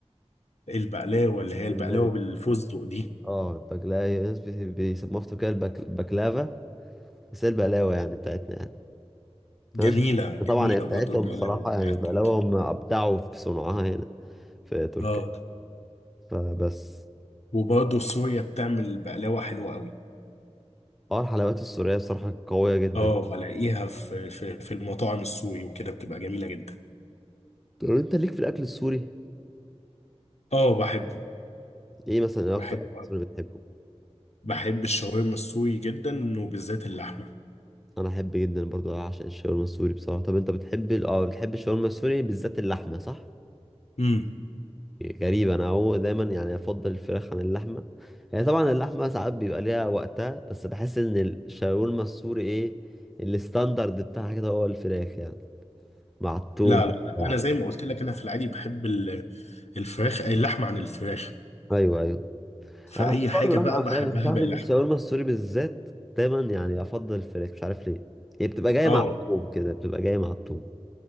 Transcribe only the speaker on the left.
البقلاوه اللي هي البقلاوه
بالفستق دي
جميله
جميله
برضو البقلاوه
بتاعت
تركي
اه
وبرضه سوريا بتعمل بقلاوة حلوة قوي
اه بلاقيها في في في المطاعم السوري وكده بتبقى جميلة جدا
اه بحبه
بحبه
أوي.
بحب الشاورما السوري جدا وبالذات اللحمة
امم
لا
لا لا انا زي ما قلت لك انا في العادي بحب ال- الفراخ أي اللحمة عن الفراخ
فأي
حاجة
بقى
بحبها
باللحمة
اه